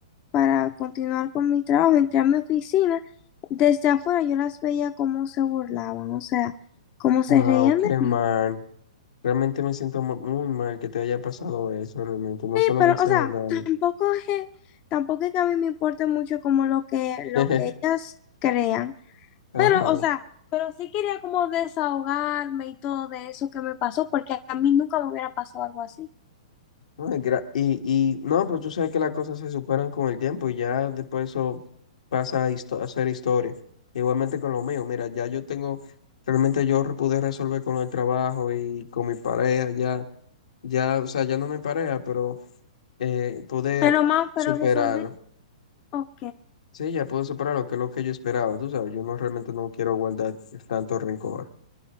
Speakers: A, on the left; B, on the left.
A: para continuar con mi trabajo, entré a mi oficina, desde afuera yo las veía cómo se burlaban, o sea, cómo se
B: Wow,
A: reían
B: qué
A: de
B: mal.
A: mí,
B: Realmente me siento mu- muy mal que te haya pasado eso, realmente. No se lo
A: pero,
B: deseo
A: o sea,
B: a nadie.
A: <laughs> tampoco es, tampoco es que a mí me importe mucho como lo que,
B: <laughs>
A: lo que ellas crean.
B: Ajá.
A: Pero, o sea, pero sí quería como desahogarme y todo de eso que me pasó, porque a mí nunca me hubiera pasado algo así.
B: No, es gra- Y, y no, pero tú sabes que las cosas se superan con el tiempo y ya después eso pasa a, histo- a ser historia. Igualmente con lo mío, mira, ya yo tengo, realmente yo re- pude resolver con el trabajo y con mi pareja, ya, ya, o sea, ya no mi pareja, pero eh, pude
A: Pero más,
B: superarlo.
A: pero resolví, ok,
B: Sí, ya pude superarlo, que es lo que yo esperaba, tú sabes, yo no realmente no quiero guardar tanto rencor.